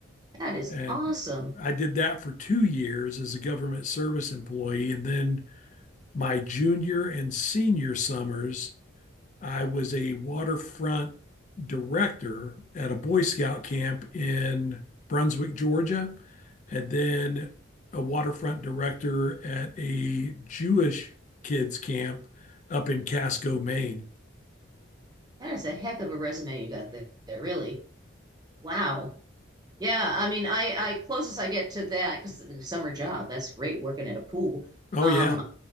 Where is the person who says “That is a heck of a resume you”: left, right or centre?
Right